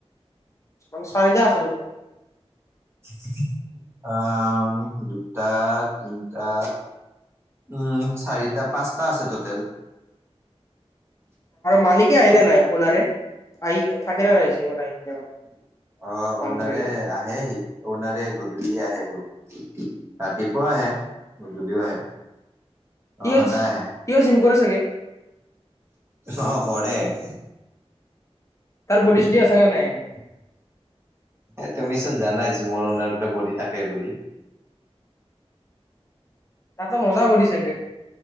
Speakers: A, on the left; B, on the right.
A: মানে চাৰিটা আছে তাতে?
B: <unintelligible> দুটা, তিনটা, উম। চাৰিটা, পাঁচটা আছে টটেল।
A: মালিকে আহিলে নাই অনাৰে? আহি থাকে নে নাই জিমত আহি
B: অ অনাৰে
A: <unintelligible> কৰে নে
B: আহে সি। অওনাৰে গধূলি আহেটো। ৰাতিপুৱাও আহে, গধূলিও আহে। অ
A: সিওজ
B: সদায় আহে
A: সিও জিম কৰে চাগে?
B: অ, কৰে়।
A: তাৰ বডি চডি আছে নে নাই এনে?
B: এ তুমি চোন জানাই জিমৰ অনাৰ বডি থাকে বুলি।
A: তাৰট মজা বডি চাগে?